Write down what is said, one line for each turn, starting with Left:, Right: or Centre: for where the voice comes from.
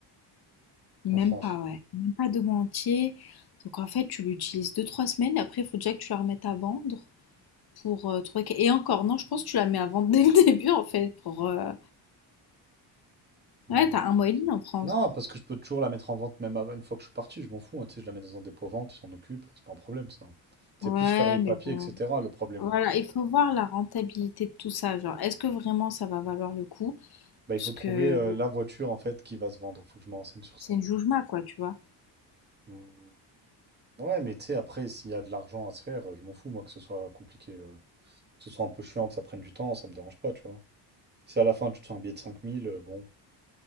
Left: Même
Right: En France.
Left: pas, ouais. Même pas 2 mois entiers. Donc en fait, tu l'utilises deux trois semaines. Après, il faut déjà que tu la remettes à vendre pour euh, trouver. que- Et encore, non, je pense que tu la mets à vendre dès le <laughs> début en fait. Pour, euh,
Right: Mm.
Left: Ouais, t'as un mois et demi en France.
Right: Non, parce que je peux toujours la mettre en vente même avant- une fois que je suis parti, je m'en fous, hein, tu sais, je la mets dans un dépôt vente, ils s'en occupent, c'est pas un problème ça. C'est
Left: Ouais,
Right: plus faire les papiers,
Left: mais bon.
Right: etc. le problème.
Left: Voilà, il faut voir la rentabilité de tout ça. Genre, est-ce que vraiment ça va valoir le coup?
Right: Bah, il
Left: Parce
Right: faut
Left: que
Right: trouver euh, la voiture en fait qui va se vendre, faut que je me renseigne sur ça.
Left: c'est une joujma, quoi, tu vois.
Right: Hmm. Ouais, mais tu sais, après, s'il y a de l'argent à se faire, euh, je m'en fous, moi, que ce soit compliqué, euh, que ce soit un peu chiant, que ça prenne du temps, ça me dérange pas, tu vois. Si à la fin tu te fais un billet de 5000, euh, bon.